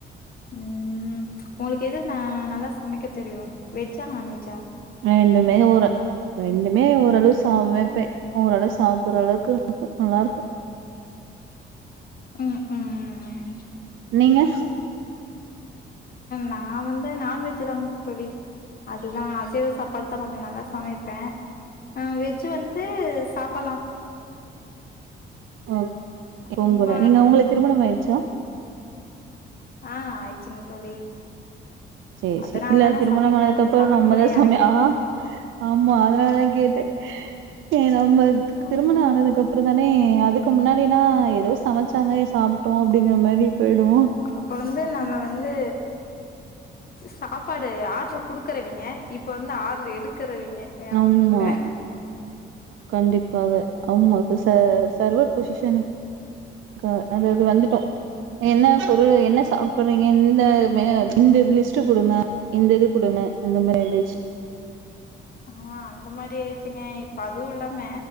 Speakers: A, on the left; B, on the right.
A: ம் உங்களுக்கு எது ந நல்லா சமைக்க தெரியு வெஜ்ஜா நான்வெஜ்ஜா
B: ரெண்டுமே ஒரு ரெண்டுமே
A: ம்
B: ஓரளவு சமைப்பே ஓரளவு சாப்புட்ற அளவுக்கு இருக்கு நல்லா இருக்கு
A: ம் ம் ம் ம்
B: நீங்க
A: நா வந்து நான்வெஜ் தா தோழி அதுதா அசைவ சாப் பாடுதா கொஞ்சோ நல்லா சமைப்பே அ வெஜ்ஜு வந்து சாப்பல்லா
B: அ பொம்பள
A: ரொம்ப
B: நீங்க ஒங்களுக்கு திருமணம் ஆயிடுச்சா
A: ஆ ஆயிச்சுங் தோழி
B: சேரி
A: அதனால
B: சேரி இல்ல
A: தான
B: திருமணமானதுக்கப்றோ
A: சமையல் வேல சமையலுக்குள்ளயே
B: நம்மதா சமய
A: எறங்கிருக்கோ
B: ஆ ஆமா அதனால தா கேட்டே ஏ நமக்
A: ம்
B: திருமண ஆனதுக்கு அப்றோ தானே அதுக்கு முன்னாடினா ஏதோ சமச்சாங்க சாப் ட்டோ அப்டிங்கிற மாரி போயிடுவோ
A: அப்ப வந்து நம்ம வந்து சாப்பாடு ஆர்டுரு குடுக்குறவைங்க இப்ப வந்து ஆர்டுரு எடுக்குறவைங்க வேற
B: ஆமா
A: ஒண்ணு இல்ல
B: கண்டிப்பாக ஆமா இப்ப ச சர்வர் பொசிஷனுக் க அது அது வந்துட்டோ என்ன பொருள் என்ன சாப்பறீங்க இந்த மெ இந்த லிஸ்ட்டு குடுங்க இந்த இது குடுங்க அந்த மாரி ஆயிடுச்சு
A: ஆ அந்த மாரி ஆயிடுச்சுங்க இப்ப அதுவு இல்லாம